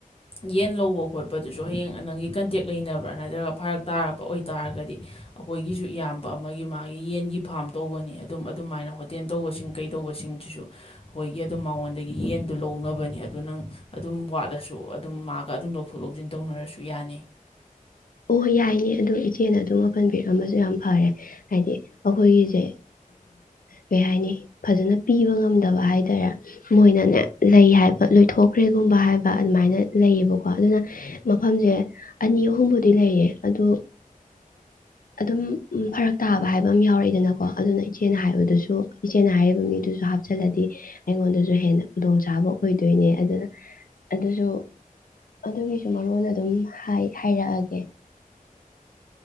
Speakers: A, on the left; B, on the left.
A: ꯌꯦꯟ ꯂꯧꯕ ꯈꯣꯠꯄꯗꯨꯁꯨ ꯍꯌꯦꯡ ꯅꯪꯒꯤ ꯀꯟꯇꯦꯛ ꯂꯩꯅꯕ꯭ꯔꯥ ꯅꯠꯇ꯭ꯔꯒ ꯐꯔꯛ ꯇꯥꯔꯛꯄ ꯑꯣꯏꯇꯥꯥꯔꯒꯗꯤ ꯑꯩꯈꯣꯏꯒꯤꯁꯨ ꯏꯌꯥꯝꯕ ꯑꯃꯒꯤ ꯃꯥꯒꯤ ꯌꯦꯟꯒꯤ ꯐꯥꯝ ꯇꯧꯕꯒꯅꯤ ꯑꯗꯨꯝ ꯑꯗꯨꯃꯥꯏꯅ ꯇꯦꯟ ꯇꯧꯕꯁꯤꯡ ꯀꯩ ꯇꯧꯕꯁꯤꯡꯗꯨꯁꯨ ꯑꯩꯈꯣꯏꯒꯤ ꯑꯗꯨꯝ ꯃꯉꯣꯟꯗꯒꯤ ꯌꯦꯟꯗꯨ ꯂꯧꯅꯕꯅꯦ ꯑꯗꯨ ꯅꯪ ꯑꯗꯨꯝ ꯋꯥꯠꯂꯁꯨ ꯑꯗꯨꯝ ꯃꯥꯒ ꯑꯗꯨꯝ ꯂꯧꯊꯣꯛ ꯂꯧꯁꯤꯟ ꯇꯧꯅꯔꯁꯨ ꯌꯥꯅꯤ
B: ꯑꯣ ꯌꯥꯏꯅꯦ ꯑꯗꯨꯗꯣ ꯏꯆꯦꯅ ꯑꯗꯨꯝ ꯃꯄꯟ ꯄꯤꯔꯛꯑꯝꯕꯁꯨ ꯌꯥꯝ ꯐꯔꯦ ꯍꯥꯏꯗꯤ ꯑꯩꯈꯣꯏꯒꯤꯁꯦ ꯀꯩ ꯍꯥꯏꯅꯤ ꯐꯖꯅ ꯄꯤꯕ ꯉꯝꯗꯕ ꯍꯥꯏ ꯇꯔꯦ ꯃꯣꯏꯅꯅꯦ ꯂꯩ ꯍꯥꯏꯕ ꯂꯣꯏꯊꯣꯛꯈ꯭ꯔꯦꯒꯨꯝꯕ ꯍꯥꯏꯕ ꯑꯗꯨꯃꯥꯏꯅ ꯂꯩꯌꯦꯕꯀꯣ ꯑꯗꯨꯅ ꯃꯐꯝꯁꯦ ꯑꯅꯤ ꯑꯍꯨꯝꯕꯨ ꯗꯤ ꯂꯩꯌꯦꯦ ꯑꯗꯨ ꯑꯗꯨꯝ ꯐꯔꯛ ꯇꯥꯕ ꯍꯥꯏꯕ ꯑꯃ ꯌꯥꯎꯔꯛꯏꯗꯅꯀꯣ ꯑꯗꯨꯅ ꯏꯆꯦꯅ ꯍꯥꯏꯕꯗꯨꯁꯨ ꯏꯆꯦꯅ ꯍꯥꯏꯔꯤꯕ ꯃꯤꯗꯨꯁꯨ ꯍꯥꯞꯆꯤꯜꯂꯗꯤ ꯑꯩꯉꯣꯟꯗꯁꯨ ꯍꯦꯟꯅ ꯈꯨꯗꯣꯡꯆꯥꯥꯕ ꯑꯣꯏꯗꯣꯏꯅꯦ ꯑꯗꯨꯅ ꯑꯗꯨꯁꯨ ꯑꯗꯨꯒꯤꯁꯨ ꯃꯔꯣꯟ ꯑꯗꯨꯝ ꯍꯥꯏꯔꯛꯑꯒꯦ